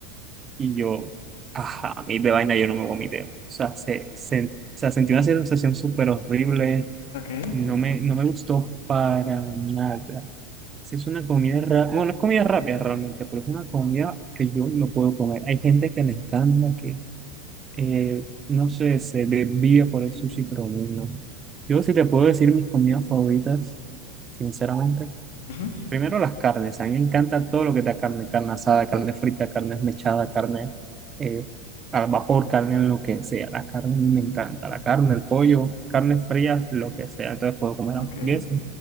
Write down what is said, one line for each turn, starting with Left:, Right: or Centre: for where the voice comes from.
Right: y yo, ajá, a mí de vaina yo no me vomité. O sea, se, se, o sea, sentí una sensación súper horrible,
Left: ok.
Right: no me, no me gustó para nada. Sí, es una comida rápida, bueno, no es comida rápida realmente, pero es una comida que yo no puedo comer. Hay gente que le encanta, que Eh, no sé, se desvía por el sushi, pero no. Yo sí te puedo decir mis comidas favoritas, sinceramente.
Left: Ujú.
Right: Primero las carnes. A mí me encanta todo lo que da carne, carne asada, carne frita, carne esmechada, carne eh, al vapor, carne en lo que sea. La carne a mí me encanta. La carne, el pollo, carnes frías, lo que sea. Entonces puedo comer
Left: Ok.
Right: hamburguesa,